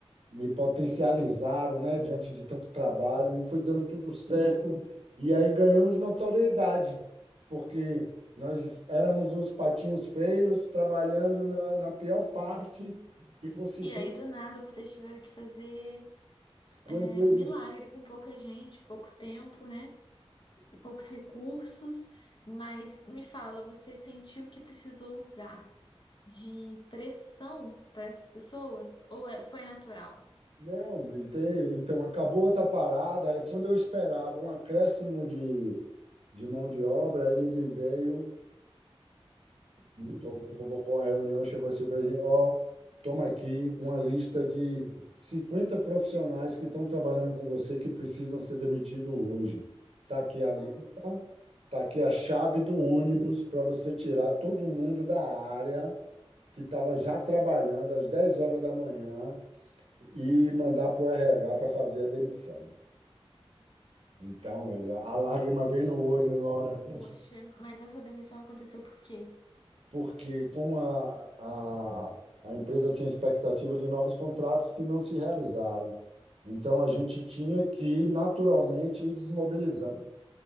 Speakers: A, on the right; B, on the left.
A: me potencializaram, né, diante de tanto trabalho, e foi dando tudo certo. E aí ganhamos notoriedade, porque nós éramos os patinhos feios, trabalhando na, na pior parte e conseguimos,
B: E aí, do nada, vocês tiveram que fazer
A: quando
B: é,
A: eles.
B: um milagre com pouca gente, pouco tempo, né? e poucos recursos, mas me fala, você sentiu que precisou usar de pressão para essas pessoas ou é- foi natural?
A: Não, e tem- então acabou outra parada, aí quando eu esperava um acréscimo de, de mão de obra, ele me veio Então, convocou uma reunião, chegou assim para a gente, ó, toma aqui uma lista de 50 profissionais que estão trabalhando com você que precisam ser demitidos hoje. Tá aqui a,
B: Hum,
A: li- tá aqui a chave do ônibus para você tirar todo mundo da área que estava já trabalhando às 10 horas da manhã e mandar para o RH para fazer a demissão. Então, velho, a lágrima vem no olho na hora dessa.
B: poxa, mas essa demissão aconteceu por quê?
A: porque como a, a, a empresa tinha expectativa de novos contratos que não se realizaram, então a gente tinha que naturalmente ir desmobilizando.